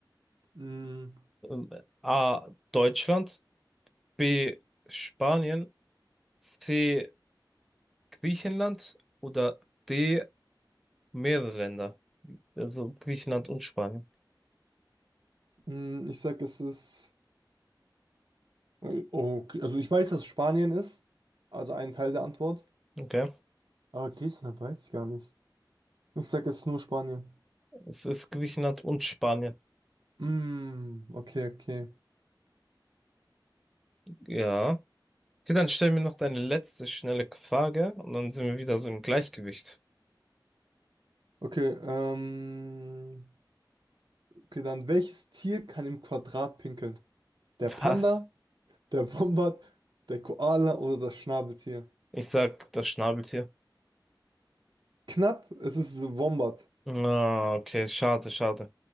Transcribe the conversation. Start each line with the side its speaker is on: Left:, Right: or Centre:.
Right: Mm,
Centre: Ähm, A. Deutschland, B. Spanien, C. Griechenland oder D. Mehrere Länder. Also Griechenland und Spanien.
Right: mm, ich sag, es ist. Okay. Also ich weiß, dass es Spanien ist. Also ein Teil der Antwort.
Centre: Okay.
Right: Aber Griechenland weiß ich gar nicht. Ich sag, es ist nur Spanien.
Centre: Es ist Griechenland und Spanien.
Right: Mm, okay, okay.
Centre: Ja. Okay, dann stell mir noch deine letzte schnelle Frage und dann sind wir wieder so im Gleichgewicht.
Right: Okay, ähm. Okay, dann welches Tier kann im Quadrat pinkeln? Der
Centre: Was?
Right: Panda, der Wombat, der Koala oder das Schnabeltier?
Centre: Ich sag das Schnabeltier.
Right: Knapp, es ist Wombat.
Centre: Ah, okay, schade, schade.